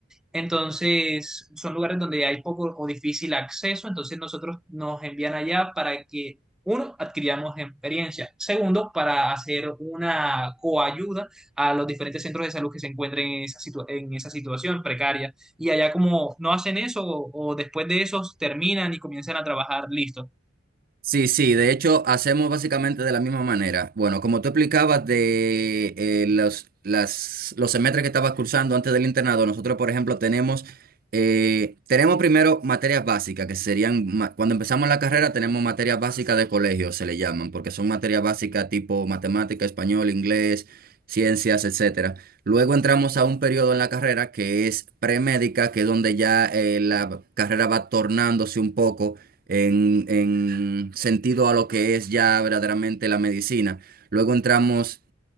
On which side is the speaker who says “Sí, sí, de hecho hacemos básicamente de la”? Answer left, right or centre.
Right